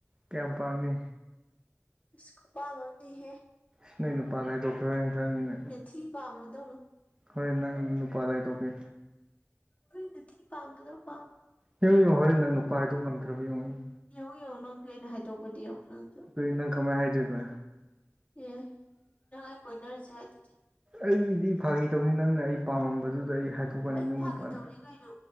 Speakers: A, on the right; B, on the left.
A: ꯀꯌꯥꯝ ꯄꯥꯝꯃꯤ
B: <unintelligible>
A: ꯁꯤ ꯅ ꯅꯨꯄꯥꯗ ꯗꯣꯛꯇꯔꯅ ꯈꯪꯉꯤꯅ
B: ꯊ ꯄꯥꯃꯗꯧ
A: ꯍꯣꯔꯦꯟ ꯅꯪ ꯅꯨꯄꯥꯗꯥ ꯇꯣꯛꯀꯦ
B: ꯑꯩꯣꯏ ꯅꯤꯡ ꯄꯥꯝꯕꯗꯣ ꯄꯥ
A: ꯌꯦꯡꯨ ꯌꯦꯡꯉ ꯍꯣꯔꯦꯪ ꯅꯨꯄꯥ ꯍꯥꯏꯗꯣꯛ ꯉꯝ꯭ꯔꯕ ꯌꯦꯉꯛꯏ
B: ꯌꯦꯡꯉꯨ ꯌꯦꯡꯉꯣ ꯅꯪꯁꯨ ꯑꯩꯅ ꯍꯥꯏꯗꯣꯛꯄꯗꯤ ꯌꯦꯡꯉꯨ ꯅꯪꯁꯨ
A: ꯑꯩꯈꯣꯏ ꯅꯪ ꯀꯃꯥꯏꯅ ꯍꯥꯏꯗꯣꯏꯔꯤꯕ
B: ꯑꯦ ꯅꯪ ꯑꯩ ꯀꯣꯏꯅꯔꯁꯦ ꯍꯥꯏꯗꯨꯗꯤ
A: ꯑꯩꯗꯤ ꯐꯥꯈꯤ ꯇꯧꯅꯤ ꯅꯪꯅ ꯑꯩ ꯄꯥꯝꯃꯝꯕꯗꯨꯗ ꯑꯩ ꯍꯥꯏꯗꯣꯛꯀꯅꯤ
B: ꯑꯩꯁꯨ
A: ꯅꯅꯨꯡ
B: ꯐꯥꯒꯤ
A: ꯅꯨꯄꯥꯅ
B: ꯇꯧꯅꯤ ꯀꯩꯅꯣ